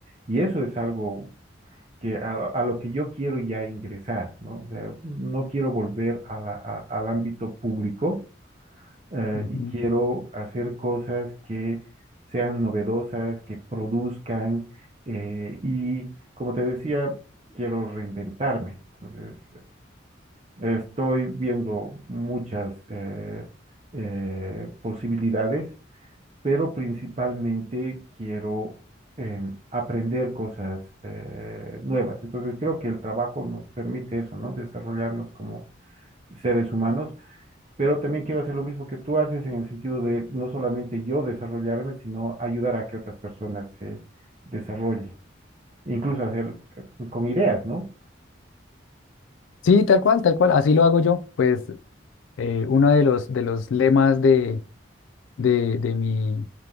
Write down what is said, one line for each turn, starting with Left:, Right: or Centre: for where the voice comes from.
Right: Y eso es algo que a, a lo que yo quiero ya ingresar, ¿no? O sea, no quiero volver a la- a- al ámbito público eh,
Left: Ujú.
Right: y quiero hacer cosas que sean novedosas, que produzcan eh, y, como te decía, quiero reinventarme. Entonces, eh, estoy viendo muchas eh, eh, posibilidades, pero principalmente quiero em, aprender cosas eh, nuevas. Entonces, creo que el trabajo nos permite eso, ¿no? Desarrollarnos como seres humanos pero también quiero hacer lo mismo que tú haces en el sentido de no solamente yo desarrollarme, sino ayudar a que otras personas se desarrollen, incluso hacer eh, con ideas, ¿no?
Left: Sí, tal cual, tal cual, así lo hago yo. Pues eh, uno de los, de los lemas de, de, de mi,